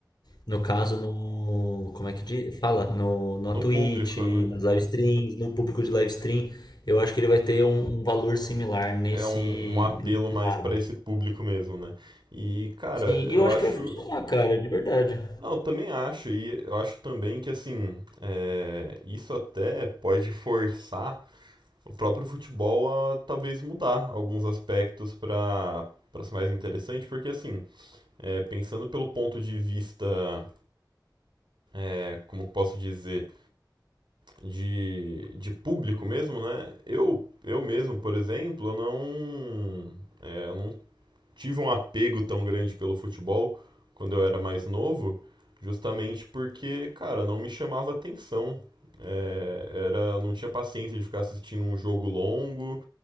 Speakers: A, on the left; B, on the right.
A: no caso, no. Como é que diz? Fala? No, na
B: No
A: Twitch,
B: público, né?
A: nas live streams, no público de live stream. Eu acho que ele vai ter um, um valor similar nesse,
B: É um, um apelo
A: nesse
B: mais
A: lado.
B: pra esse público mesmo, né? E, cara,
A: Sim, e
B: eu
A: eu acho
B: acho.
A: que vai funcionar, cara, de verdade.
B: Não, eu também acho, e eu acho também que, assim, é, isso até pode forçar o próprio futebol a talvez mudar alguns aspectos pra para ser mais interessante, porque, assim, é, pensando pelo ponto de vista, é, como posso dizer, de, de público mesmo, né? Eu, eu mesmo, por exemplo, eu não, é, eu não tive um apego tão grande pelo futebol quando eu era mais novo, justamente porque, cara, não me chamava atenção. É, era, eu não tinha paciência de ficar assistindo um jogo longo,